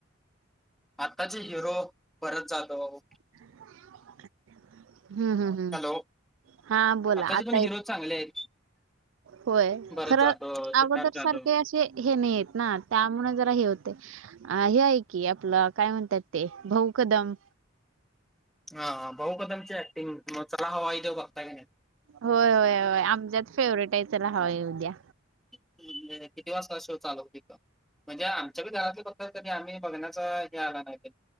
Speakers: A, in the centre; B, on the right (about 75°).
A: आताचे हिरो भरत जाधव
B: <unintelligible> हम्म, हम्म, हम्म
A: हॅलो
B: हा बोला
A: आताचे
B: आता
A: पण
B: य
A: हिरो चांगले आहेत
B: होय,
A: भरत
B: खरं
A: जाधव सिद्धार्थ
B: अगोदर
A: जाधव
B: सारखे असे हे नाहीयेत ना, त्यामुळे जरा हे होतय. अ हे आहे की आपला काय म्हणतात ते, भाऊ कदम.
A: हा, हा भाऊ कदमची ऍक्टिंग, मग चला हवा येऊ द्या बघताय काय नाही?
B: होय होय होय आमच्यात फेवरेट आहे चला हवा येवु द्या.
A: किती वाजता शो चालू होतो तिथ. म्हणजे आमच्या घरातले बद्दल करी आम्ही बघण्याच हे आला नाही कधी.